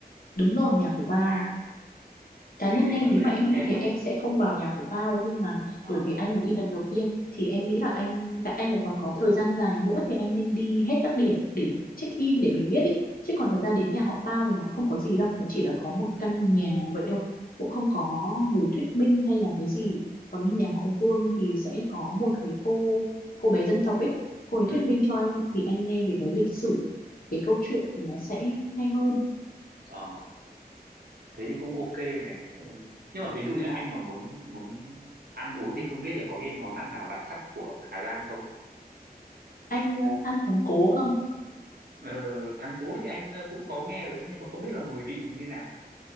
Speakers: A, on the left; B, on the right.
A: đúng rồi, nhà của Pao.
B: à
A: cá
B: anh
A: nhân
B: thấy
A: em
B: mọi
A: nếu
B: người
A: mà
B: cũng
A: em
B: khen
A: đi thì
B: lắm
A: em sẽ không vào nhà của Pao nhưng mà
B: ờ
A: bởi vì anh là đi lần đầu tiên thì em nghĩ là anh tại anh lại còn có thời gian dài nữa thì anh nên đi hết các điểm để check in để mình biết ý chứ còn thật ra đến nhà họ Pao thì nó cũng không có gì đâu nó chỉ là có một
B: ừ
A: căn nhà vậy thôi cũng không có người thuyết minh hay là cái gì còn đi nhà họ Vương thì sẽ có một cái cô cô bé dân tộc ấy cô ấy
B: ừ,
A: thuyết minh cho anh thì anh nghe về cái lịch sử cái câu chuyện thì nó sẽ hay hơn
B: ờ thế thì cũng ok này ừ. nhưng mà ví dụ như anh mà muốn muốn ăn uống thì không biết là có cái món ăn nào đặc sắc của Hà Giang không
A: anh ờ, ăn thắng cố không
B: ờ, thắng cố thì anh ờ, cũng có nghe rồi đấy, nhưng mà không biết là mùi vị thì như nào